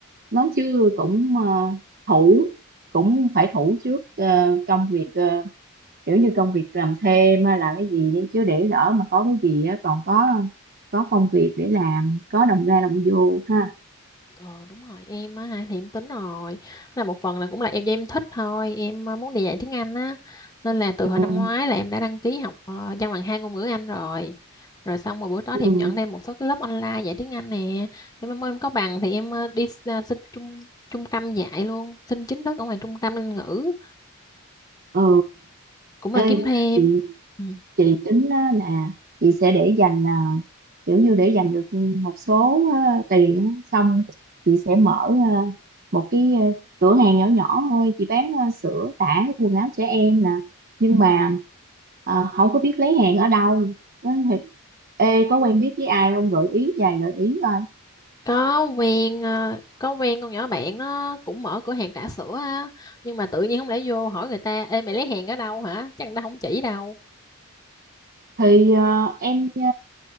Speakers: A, on the right; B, on the left.
A: nói chứ cũng ờ, thủ cũng phải thủ trước ờ, công việc ờ, kiểu như công việc làm thêm hay là cái gì đi chứ để lỡ mà có cái gì á còn có có công việc để làm có đồng ra đồng vô ha
B: Ờ đúng rồi em á ha, thì em tính rồi là một phần là cũng là em do em thích thôi em ờ, muốn đi dạy tiếng Anh á nên là từ
A: ừ
B: hồi năm ngoái là em đã đăng ký học ờ, văn bằng hai ngôn ngữ Anh rồi rồi xong rồi buổi tối
A: ừ
B: thì em nhận thêm một số cái lớp online dạy tiếng Anh nè em mong em có bằng thì em ờ, đi ờ, xin trung trung tâm dạy luôn xin chính thức ở ngoài trung tâm Anh ngữ
A: ừ.
B: cũng
A: Ê,
B: là kiếm thêm
A: chị
B: ừ.
A: chị tính á là chị sẽ để dành à, kiểu như để dành được một số à, tiền á, xong chị sẽ mở à, một cái à, cửa hàng nhỏ nhỏ thôi chị bán à, sữa tã quần áo trẻ em nè nhưng mà à, không có biết lấy hàng ở đâu Nói thiệt, ê có quen biết với ai không gợi ý vài gợi ý coi
B: có quen ờ, có quen con nhỏ bạn nó cũng mở cửa hàng trà sữa á nhưng mà tự nhiên không lẽ vô hỏi người ta ê mày lấy hàng ở đâu hả chắc người ta không chỉ đâu
A: thì à, em à,